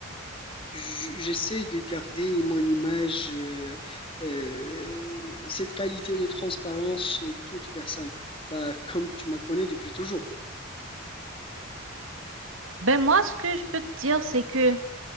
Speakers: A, on the left; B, on the right.
A: J- J'essaie de garder mon image, euh, euh, cette qualité de transparence chez toute personne. Bah, comme tu m'as connu depuis toujours.
B: Ben moi, ce que je peux te dire, c'est que